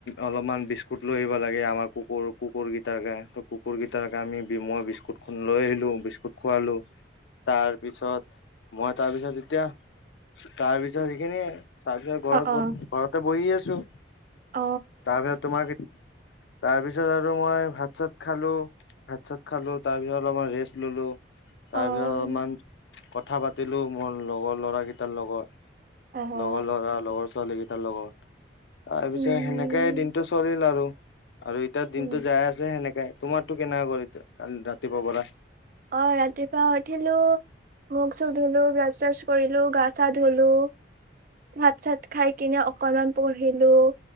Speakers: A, on the left; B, on the right.
A: অলপমান বিস্কুট লৈ আহিব লাগে আমাৰ কুকুৰ কুকুৰ কেইটাৰ কাৰণে। কুুৰকেইটাৰ কাৰণে বিময় বিস্কুট লৈ আহিলোঁ বিস্কুট খোৱালোঁ তাৰপিছত মই তাৰপিছত এতিয়া তাৰ পিছত সেইখিনিয়ে তাৰপিছত ঘৰত
B: অ অ
A: ব ঘৰতে বহি আছো
B: অ',
A: তাৰপিছত তোমাক তাৰপিছত আৰু মই ভাত চাত খালো ভাত চাত খালো তাৰপিছত অলপমমান ৰেষ্ট ললোঁ তাৰপিছত
B: অ',
A: অলপমান কথা পাতিলো মোৰ লগৰ লৰাকেইটাৰ লগত
B: অ',
A: লগৰ ল'ৰা লগৰ ছোৱালীকেইটাৰ লগত তাৰপিছত
B: উম,
A: সেনেকাই দিনটো চলিল আৰু আৰু এতিয়া
B: উম,
A: দিনটো যাই আছে সেনেকাই তোমাৰতো কেনেকা কৰি কালি ৰাতিপুৱাৰ পৰা
B: অ ৰাতিপুৱা উঠিলো মুখ-চুখ ধোলো ব্ৰাছ চ্ৰাছ কৰিলো গা-চা ধোলো ভাত-চাত খাই কিনে অকনমান পঢ়িলো